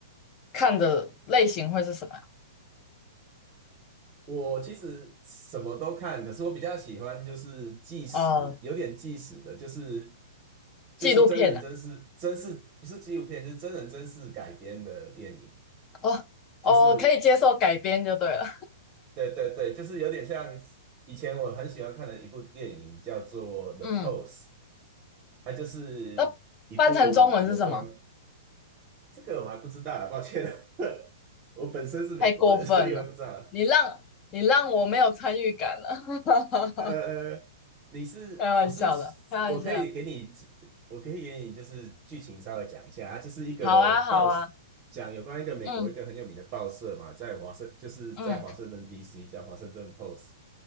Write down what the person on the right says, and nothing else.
我其实什么都看，可是我比较喜欢就是纪实，
有点纪实的，就是就是真人真事，
真事不是纪录片，就是真人真事改编的电影，
就是
对对对，就是有点像以前我很喜欢看的一部电影叫做《The
Post》。它就是一部有关
这个我还不知道啊抱歉了，<laughs> 我本身是美国人，
所以我也不知道。
呃，呃你是我是
我可以给你几我可以给你就是剧情稍微讲一下，它就是一个报
讲有关一个美国一个很有名的报社嘛，
在华盛就是在华盛顿
DC 叫华盛顿 Post。